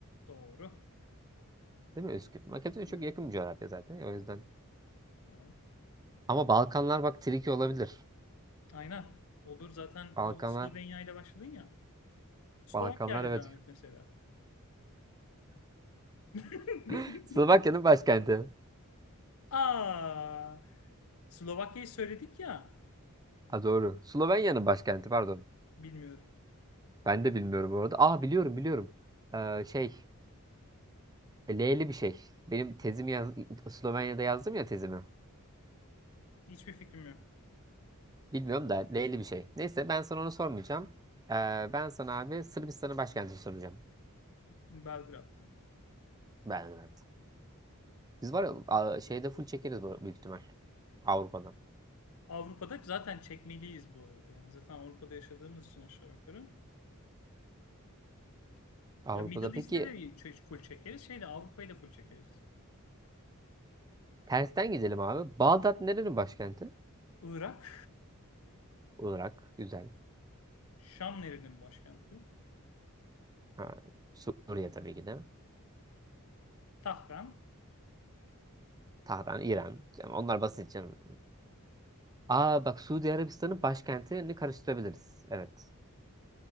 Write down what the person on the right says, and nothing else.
Değil mi Üsküp? Makedonya
çok
yakın bir coğrafya zaten. O yüzden.
Ama Balkanlar bak tricky olabilir.
Balkanlar.
Balkanlar
evet.
<laughs> Slovakya'nın başkenti.
Ha doğru. Slovenya'nın başkenti pardon.
Ben de bilmiyorum bu arada. Aa biliyorum biliyorum. Ee, şey. E, L'li bir şey. Benim tezimi yaz Slovenya'da yazdım ya tezimi.
Bilmiyorum da L'li bir şey. Neyse ben sana onu sormayacağım. Ee, ben sana abi Sırbistan'ın başkentini soracağım.
Belgrad. Biz var ya a- şeyde full çekeriz bu- büyük ihtimal. Avrupa'dan.
Avrupa'da
peki
tersten gidelim abi. Bağdat nerenin başkenti?
olarak Güzel.
Ha, Suriye tabii ki de.
Tahran, İran. Yani onlar basit canım. Aa bak Suudi Arabistan'ın başkentini karıştırabiliriz. Evet.